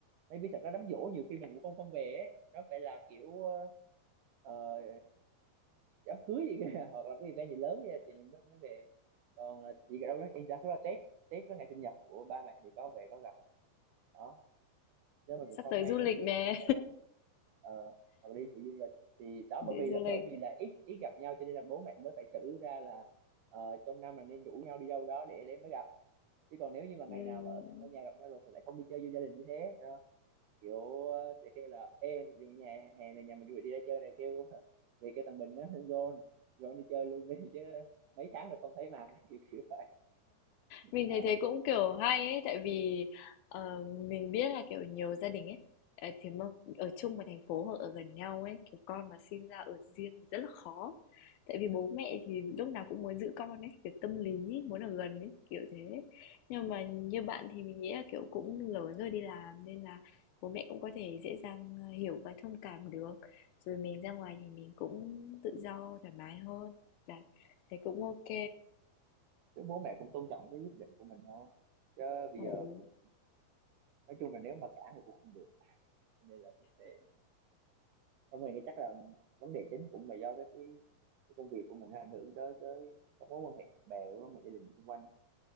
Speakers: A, on the right; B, on the left.
A: maybe thật ra đám giỗ nhiều khi mình cũng không không về ấy. nó phải là kiểu ờ, ờ, đám cưới gì kìa hoặc là cái event gì lớn kìa thì mình mới mới về còn là chỉ đâu đó in đa số là Tết Tết với ngày sinh nhật của ba mẹ thì có về có gặp đó chứ mình cũng
B: sắp
A: không
B: tới
A: hay
B: du
A: nói
B: lịch
A: chuyện
B: nè.
A: với bố mẹ lắm ờ hoặc là đi phụ du lịch thì đó
B: Đi
A: bởi vì
B: du
A: là
B: lịch,
A: bởi vì là ít ít gặp nhau cho nên là bố mẹ mới phải xử ra là ờ, trong năm là nên rủ nhau đi đâu đó để để mới gặp chứ còn nếu như mà ngày
B: ừm,
A: nào mà ở- cũng ở nhà gặp nhau rồi thì lại không đi chơi với gia đình như thế kiểu ờ, sẽ kêu là em dù nhà hè này nhà mình vui đi ra chơi này kêu <laughs> về cái thằng Bình nó <laughs> John John đi chơi luôn đi <laughs> chứ mấy tháng rồi không thấy mặt <laughs> kiểu kiểu vậy
B: mình
A: Ờ,
B: thấy thế cũng, kiểu, hay ấy, tại vì, ờ, mình biết là, kiểu, nhiều gia đình ấy, ờ, thì mà ở chung một thành phố hoặc ở gần nhau ấy, kiểu, con mà sinh ra ở riêng thì rất là khó. Tại vì bố mẹ
A: ừ.
B: thì lúc nào cũng muốn giữ con ấy, kiểu, tâm lý ấy, muốn ở gần ấy, kiểu thế. Nhưng mà như
A: Ờ.
B: bạn thì mình nghĩ là, kiểu, cũng lớn rồi đi làm nên là bố mẹ cũng có thể dễ dàng, ờ, hiểu và thông cảm được. Rồi mình ra ngoài thì mình cũng tự do thoải mái hơn, đấy, thấy cũng ok.
A: chứ bố mẹ cũng tôn trọng cái quyết định của mình thôi chứ bây
B: Ồ,
A: giờ cũng nói chung là nếu mà cản thì cũng không được nên là cũng thế không mình nghĩ chắc là vấn đề chính cũng là do cái cái, cái công việc của mình nó ảnh hưởng tới tới các mối quan hệ bạn bè các mối quan hệ gia đình xung quanh